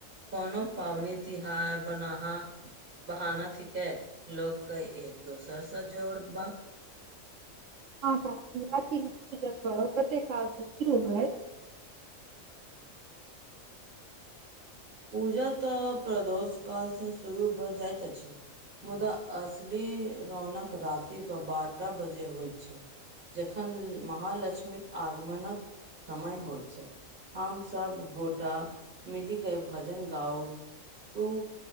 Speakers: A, on the right; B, on the right.
A: कोनो पाबनि तिहार, बनाहा बहाना थीके लोग के एक-दोसर सै जोड़बाक
B: हँ काकी, राति में पूजा करब कते काल से शुरू हयत?
A: पूजा तऽ प्रदोष कालसँ शुरू भऽ जाइत अछि। मुदा असली रौनक राति के बारह बजे होइ छै। जखन महालक्ष्मीक आगमनक समय होइ छै, हम सब गोटा मिलि के भजन गाउ तु